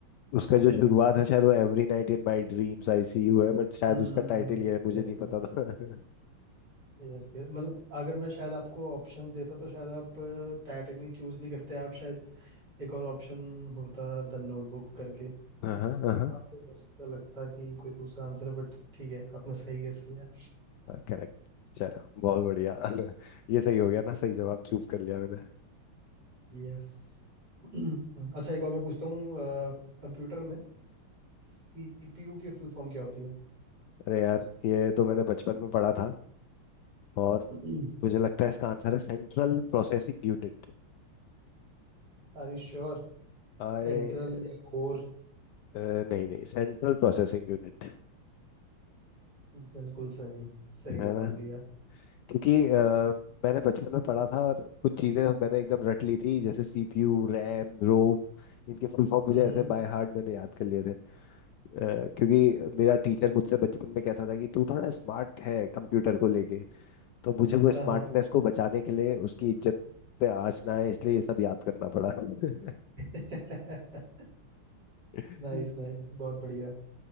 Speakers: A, on the left (about 80°); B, on the right (about 50°).
A: उसका जो शुरुआत है शायद वो every night in my dreams I see you है बट शायद
B: hmm
A: उसका टाइटल ये है मुझे
B: Yes
A: नहीं
B: yes
A: पता था <laughs>
B: Yes yes मतलब अगर मैं शायद आपको ऑप्शन देता तो शायद आप टाइटैनिक नहीं चूज नहीं करते आप शायद एक और ऑप्शन होता द नोटबुक करके
A: हाँ हाँ
B: आपको हो सकता लगता कि कोई दूसरा आंसर है बट ठीक है आपने सही गेस किया है।
A: करेक्ट चलो बहुत बढ़िया <laughs> ये सही हो गया ना सही जवाब चूज कर लिया मैंने
B: यस <clears throat> अच्छा एक और मैं पूछता हूँ कंप्यूटर में सीपीयू की फुल फॉर्म क्या होती है
A: अरे यार ये तो मैंने बचपन में पढ़ा था और
B: <clears throat>
A: मुझे लगता है इसका आंसर है सेंट्रल प्रोसेसिंग यूनिट
B: Are you sure
A: आए
B: सेंट्रल या कोर
A: नहीं नहीं सेंट्रल प्रोसेसिंग यूनिट
B: बिल्कुल सही सही
A: है
B: जवाब
A: ना
B: दिया
A: क्योंकि अ, मैंने बचपन में पढ़ा था और कुछ चीज़ें मैंने एकदम रट ली थी जैसे सीपीयू रैम रोम इनके फुल फॉर्म मुझे
B: हम्म
A: ऐसे बाय हार्ट मैंने याद कर लिए थे अ, क्योंकि मेरा टीचर मुझसे बचपन में कहता था कि तू थोड़ा स्मार्ट है कंप्यूटर को लेके तो मुझे वो
B: हाँ
A: स्मार्टनेस
B: हाँ
A: को बचाने के लिए उसकी इज्जत पे आँच ना आए इसलिए ये सब याद करना पड़ा <laughs>
B: <laughs>
A: अच्छा
B: नाइस नाइस बहुत बढ़िया